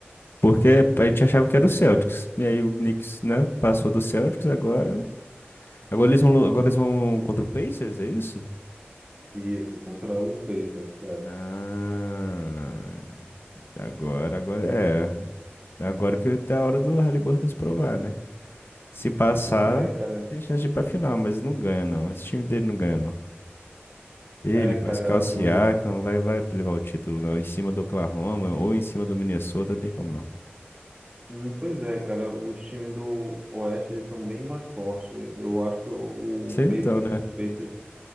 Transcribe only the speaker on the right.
Isso, contra o Pacers, cara.
Pois é, cara.
É,
cara,
eu.
Hum, Pois é, cara, os times do Oeste eles são bem mais fortes. Eu acho o
Pacers,
Pacers,